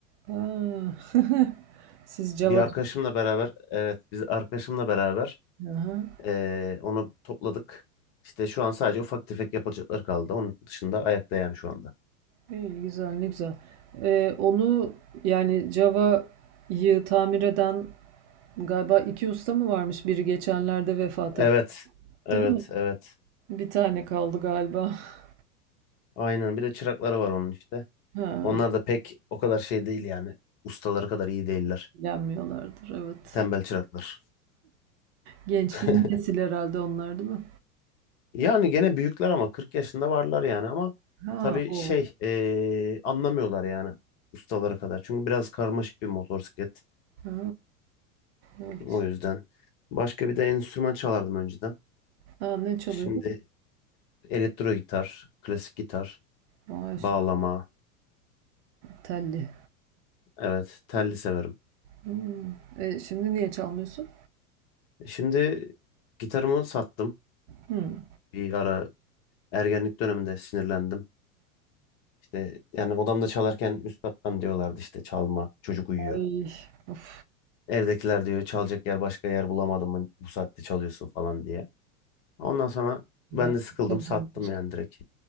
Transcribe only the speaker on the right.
Ha. <laughs> Siz Java
Hı hı.
İyi, güzel ne güzel. Ee, onu yani Java'yı tamir eden galiba iki usta mı varmış? Biri geçenlerde vefat
etti,
değil mi?
Bir tane kaldı galiba. <laughs>
Ha,
ilgilenmiyorlardır evet.
Genç
yeni nesil herhalde onlar değil mi?
Ha
o.
Ha, evet.
Ha, ne çalıyordu?
Vay
süper telli.
Hımm. E, şimdi niye çalmıyorsun?
Hımm.
Ay, of!
Nereden
çalacağım
başka?